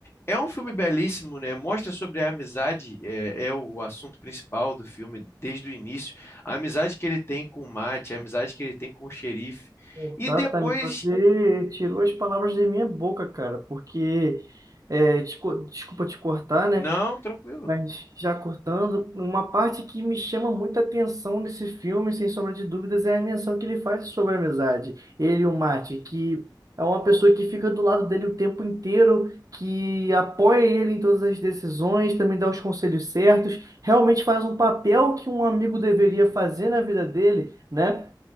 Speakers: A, on the left (about 30°); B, on the right (about 45°).
A: é um filme belíssimo, né? Mostra sobre a amizade, é, é o assunto principal do filme desde o início. A amizade que ele tem com o Mate, a amizade que ele tem com o xerife.
B: Exatamente,
A: E depois.
B: você tirou as palavras da minha boca, cara, porque, é, te co- desculpa te cortar, né?
A: Não, tranquilo.
B: Mas já cortando, uma parte que me chama muita atenção nesse filme, sem sombra de dúvidas, é a menção que ele faz sobre a amizade. Ele e o Marty, que é uma pessoa que fica do lado dele o tempo inteiro, que apoia ele em todas as decisões, também dá os conselhos certos, realmente faz um papel que um amigo deveria fazer na vida dele, né?